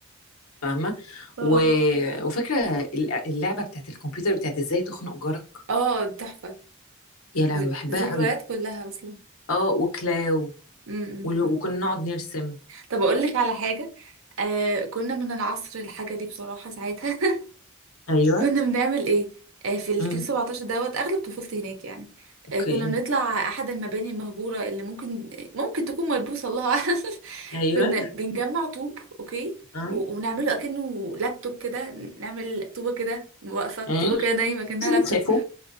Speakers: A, on the left; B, on the right.
A: فاهمه
B: اه
A: و... وفاكره ال- اللعبه بتاعت الكمبيوتر بتاعت ازاي تخنق جارك
B: اه تحفة
A: يا لهوي
B: ذ-
A: بحبها
B: ذكريات
A: قوي
B: كلها اصلا
A: اه وكلاو
B: امم
A: ول- وكنا نقعد نرسم
B: طب اقول لك على حاجة آه كنا من العصر الحجري بصراحة ساعتها <laughs>
A: ايوه
B: كنا بنعمل ايه آه، في الكيلو
A: امم
B: 17 دوت اغلب طفولتي هناك يعني
A: اوكي
B: آه، كنا بنطلع احد المباني المهجوره اللي ممكن ممكن تكون ملبوسه الله اعلم <laughs>
A: ايوه
B: كنا بنجمع طوب اوكي
A: اه
B: و- وبنعمله اكنه لابتوب كده نعمل طوبه كده واقفه
A: اه
B: طوبه كده نايمه كانها
A: بس
B: لابتوب
A: بتخافوا